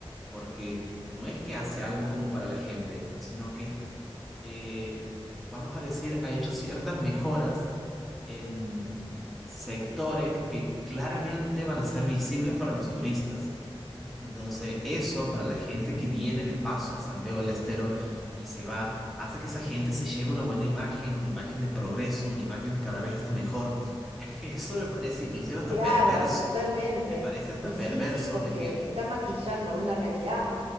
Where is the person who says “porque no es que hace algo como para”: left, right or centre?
Centre